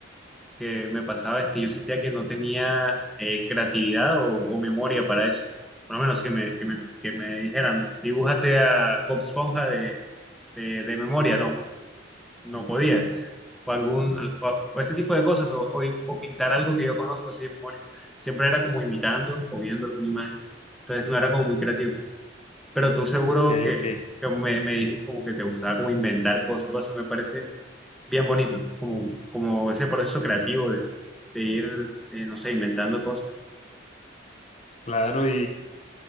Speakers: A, in the centre; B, on the left.
A: que me pasaba es que yo sentía que no tenía eh, creatividad o, o memoria para eso. Por lo menos que me, que me, que me dijeran, dibújate a Bob Esponja de, de de memoria, ¿no? no podía. O, algún, o, o ese tipo de cosas, o, o, o pintar algo que yo conozco así de memoria. Siempre era como imitando o viendo alguna imagen. Entonces no era como muy creativo. Pero tú seguro
B: Ok,
A: que,
B: ok,
A: que me, me dices como que te gustaba como inventar cosas. O Eso me parece bien bonito, como, como ese proceso creativo de, de ir, eh, no sé, inventando cosas.
B: claro, y,